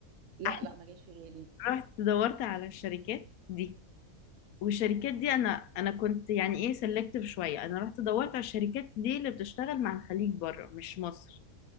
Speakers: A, on the right (about 65°); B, on the left (about 85°).
A: لا
B: احنا
A: لا ما جاش في بالي
B: رحت دورت على الشركات دي والشركات دي انا انا كنت يعني ايه سلكتيف شويه انا رحت دورت على الشركات دي اللي بتشتغل مع الخليج بره مش مصر